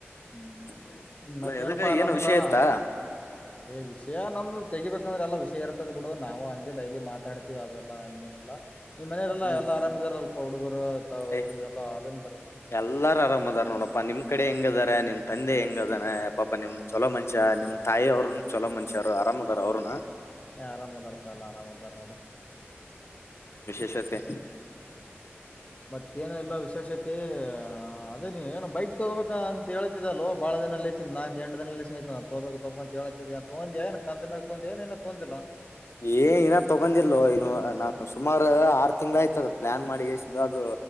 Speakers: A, on the left (about 30°); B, on the left (about 80°).
A: ಹ್ಮ್
B: ಹೌದೌದು ಇಲ್ಲ
A: ಮತ್ತೆೇನಪ್ಪ
B: ಎದಕ್ಕೆ
A: ಆರಾಮದಾ
B: ಏನು ವಿಷಯ ಇತ್ತಾ
A: ಏ ವಿಷಯ ನಮ್ದು ತೆಿಬೇಕಂದ್ರೆ ಎಲ್ಲಾ ವಿಷಯ ಇರ್ತದ ಬಿಡು ನಾವು ಹಂಗೆ ಡೈಲಿ ಮಾತಾಡ್ತಿೀವಿ ಅದಲ್ಲಾ ಹಂಗೇನಿಲ್ಲಾ ಈ ಮನೆಯಲ್ಲ
B: ಹ್ಮ್
A: ಎಲ್ಲ ಆರಾಮ ಇದಿದ್ದಾರೆ ಅಲ್ಪ ಹುಡುಗರು ತಾವ್
B: ಏ
A: ಹುಡುಗಿ ಎಲ್ಲಾ ಆರಾಮಿದಾರಲ್ಲ
B: ಎಲ್ಲಾರ ಆರಾಮದಾರ್ ನೋಡಪ್ಪಾ ನಿಮ್ ಕಡೆ ಹೆಂಗ ಅದಾರೆ ನಿಮ್ ತಂದೆ ಹೆಂಗ ಅದಾನ ಪಾಪ ನಿಮ್ ಚಲೋ ಮನುಷ್ಯ ನಿಮ್ ತಾಯಿ ಅವ್ರ ಚಲೋ ಮನುಷ್ಯ ಅವರು ರಾಮದಾರ ಅವರುನ
A: ಹ ಆರಾಮ ಅದ ರ ಪಲ್ಲ ಆರಾಮ ಅದ ನೋಡ
B: ಇ ಸತೆ
A: ಮತ್ತೇನೆಲ್ಲ ವಿಶೇಷತೆ ಹ ಅದೇ ನೀ ಏನು ಬೈಕ್ ತಗೋಬೇಕ ಅಂತೇತಿದ್ದ ಅಲ್ೋ ಬಾಳ ದಿನಲ್ಲಸ ನಾಕ್ ಎಟ ದಿನಲ್ಲಐ ತಗೋಬೇಕು ತಗ ತೋಂದಿಯಾ ಕಂತ ಮಾಗ ತೊಂದಿಯಏನ ತೋಂದಿಲ್ಲ
B: ಏ ನ ತೊಗೊಂಡಿಲ್ಲೋ ಇನ್ನು ನಾನ್ ಸುಮಾರು ಆರು ತಿಂಗ್ಗಳ ಆಯ್ತದ ಪ್ಲಾನ್ ಮಾಡಿಿಂದದು